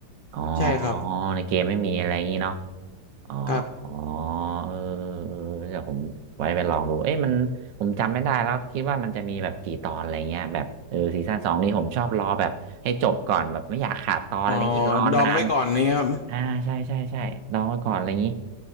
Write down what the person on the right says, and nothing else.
อ๋อ
ในเกมไม่มีอะไรอย่างนี้เนาะอ๋ออ๋อ
เออเออเออเดี๋ยวผมไว้ไปลองดูเอ๊ะมันผมจำไม่ได้แล้วคิดว่ามันจะมีแบบกี่ตอนอะไรเงี้ยแบบเออซีซั่นสองนี่ผมชอบรอแบบให้จบก่อนแบบไม่อยากขาดตอนอะไรอย่างนี้รอนาน
อ่าใช่ใช่ใช่ลองไว้ก่อนอะไรอย่างนี้